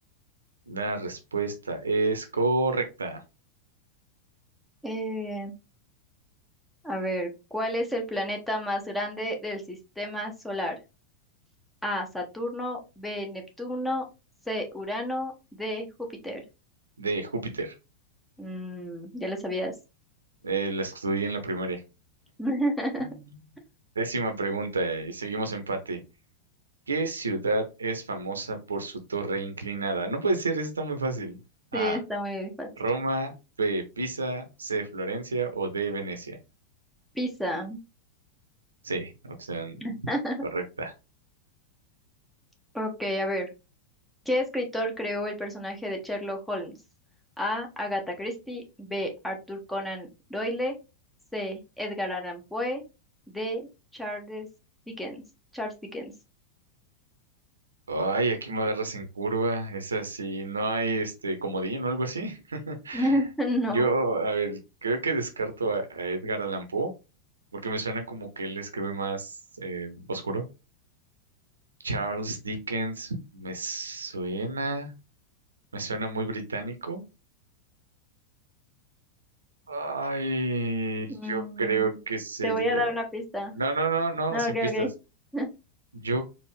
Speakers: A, on the right (about 70°); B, in the centre.
A: La respuesta es correcta,
B: Eh, a ver, ¿cuál es el planeta más grande del sistema solar? A, Saturno, B, Neptuno, C, Urano, D, Júpiter.
A: de Júpiter.
B: Mm, ya lo sabías.
A: Eh, la estudié en la primaria.
B: <laughs>
A: Mm. Décima pregunta y seguimos empate. ¿Qué ciudad es famosa por su torre inclinada? No puede ser, eso está muy fácil. A,
B: Sí, está muy fácil.
A: Roma, B, Pisa, C, Florencia o D, Venecia.
B: Pizza.
A: Sí, opción
B: <laughs>
A: correcta.
B: Ok, a ver. ¿Qué escritor creó el personaje de Sherlock Holmes? A. Agatha Christie. B. Arthur Conan Doyle. C. Edgar Allan Poe. D. Charles Dickens. Charles Dickens.
A: Ay, aquí me agarras en curva. Es así, no hay este comodín o algo así. <laughs>
B: <laughs> No.
A: Yo, a ver, creo que descarto a, a Edgar Allan Poe, porque me suena como que él escribe más eh, oscuro. Charles Dickens, me suena, me suena muy británico. Ay,
B: Mm,
A: yo creo que sería.
B: te voy a dar una pista.
A: No, no, no, no,
B: Ah,
A: sin
B: Ok,
A: pistas.
B: ok. <laughs>
A: Yo